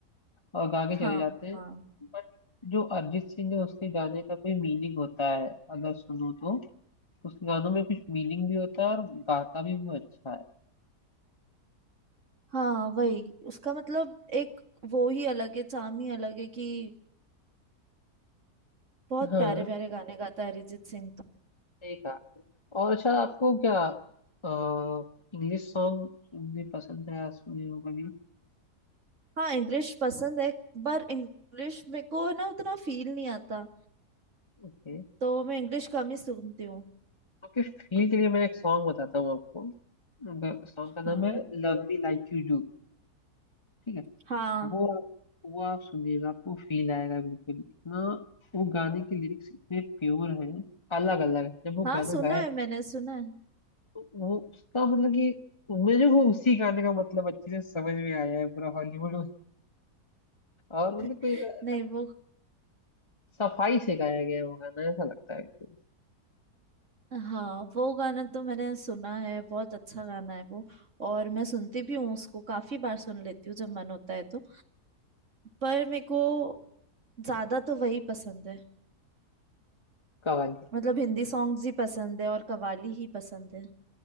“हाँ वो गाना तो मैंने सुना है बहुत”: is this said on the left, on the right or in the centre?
Right